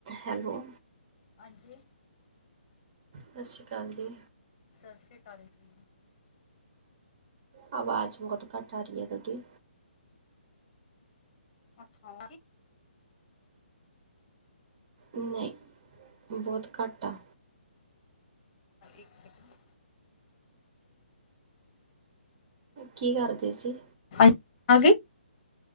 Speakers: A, on the right (about 35°); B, on the left (about 40°).
A: Hello
B: ਹਾਂਜੀ
A: ਸਤਿ ਸ਼੍ਰੀ ਅਕਾਲ ਜੀ।
B: ਸਤਿ ਸ਼੍ਰੀ ਅਕਾਲ ਜੀ।
A: ਆਵਾਜ਼ ਬਹੁਤ ਘੱਟ ਆ ਰਹੀ ਹੈ ਤੁਹਾਡੀ।
B: ਅੱਛਾ
A: ਨਹੀਂ, ਬਹੁਤ ਘੱਟ ਆ।
B: ਇੱਕ ਸੈਕਿੰਡ
A: ਕੀ ਕਰਦੇ ਸੀ?
B: <unintelligible> ਆ ਗਈ।